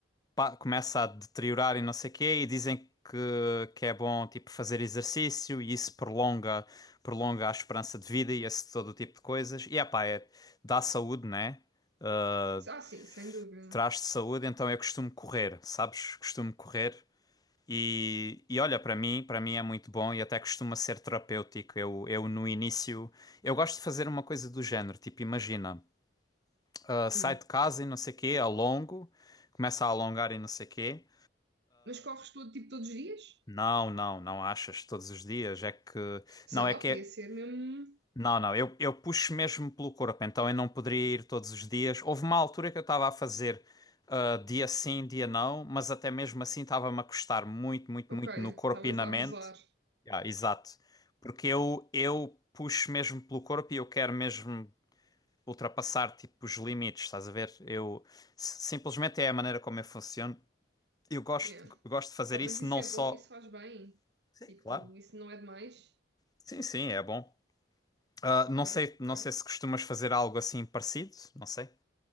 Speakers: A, on the left; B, on the right.
A: pá, começa a deteriorar e não sei o quê, e dizem que, que é bom tipo fazer exercício e isso prolonga, prolonga a esperança de vida e esse todo tipo de coisas. E epá, é, dá saúde, né? Ah,
B: Ah, sim, sem dúvida.
A: traz-te saúde, então eu costumo correr, sabes? Costumo correr. E, e olha, para mim, para mim é muito bom e até costuma ser terapêutico. Eu, eu no início, eu gosto de fazer uma coisa do género, tipo, imagina, ah, sai
B: Hum.
A: de casa e não sei quê, alongo, começa a alongar e não sei quê.
B: Mas corres todo, tipo, todos os dias?
A: Não, não, não achas todos os dias, é que
B: Sei
A: não
B: lá,
A: é que
B: podia
A: é,
B: ser mesmo... um.
A: Não, não, eu, eu puxo mesmo pelo corpo, então eu não poderia ir todos os dias. Houve uma altura que eu estava a fazer ah, dia sim, dia não, mas até mesmo assim estava-me a custar muito, muito,
B: Ok,
A: muito no corpo
B: estavas
A: e na
B: a
A: mente.
B: abusar.
A: Ah, exato, porque eu, eu puxo mesmo pelo corpo e eu quero mesmo ultrapassar tipo os limites, estás a ver? Eu s- simplesmente é a maneira como eu funciono. Eu gosto,
B: Yeah.
A: gosto de fazer
B: Pá, mas
A: isso
B: isso
A: não
B: é
A: só.
B: bom, isso faz bem.
A: Sim,
B: Tipo,
A: claro.
B: isso não é demais?
A: Sim, sim, é bom. Ah,
B: Ok,
A: não sei, não
B: ok.
A: sei se costumas fazer algo assim parecido, não sei.